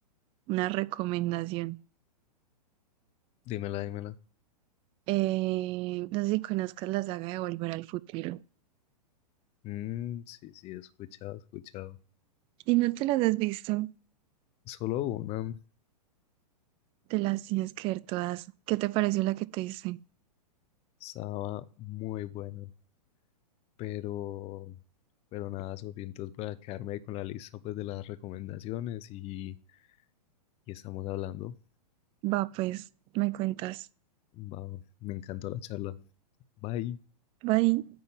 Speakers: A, on the right; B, on the left.
A: una recomendación.
B: Dímela, dímela.
A: Eh, no sé si conozcas la saga de Volver al Futuro.
B: Mm, sí, sí, he escuchado, he escuchado.
A: Si no te las has visto,
B: Solo una
A: te las tienes que ver todas. ¿Qué te pareció la que te hice?
B: estaba muy buena, pero, pero nada, Sofía, entonces voy a quedarme con la lista pues de las recomendaciones y, y estamos hablando.
A: Va, pues, me cuentas.
B: Va, me encantó la charla. Bye.
A: Bye.